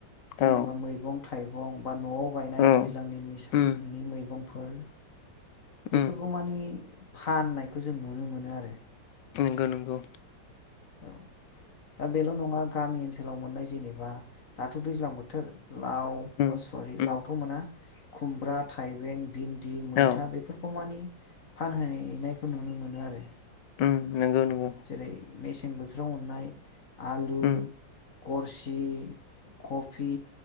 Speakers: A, on the left; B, on the left.
A: औ
B: जेनेबा मैगं-थाइगं बा न'आव गायनाय
A: औ
B: दैज्लांनि मेसेंनि
A: उम
B: मैगंफोर
A: उम
B: बेफोरखौ मानि फाननायखौ जों नुनो मोनो आरो
A: नंगौ नंगौ
B: औ दा बेल' नङा गामि ओनसोलाव मोननाय जेनेबा दाथ' दैज्लां बोथोर लाव अ
A: उम
B: सरि
A: उम
B: लावथ' मोना खुमब्रा थाइबें भिनदि, मैथा
A: औ
B: बेफोरखौ मानि फानहैनायखौ नुनो मोनो आरो
A: उम नंगौ नंगौ
B: जेरै मेसें बोथोराव मोननाय आलु
A: उम
B: गरसि, कफि,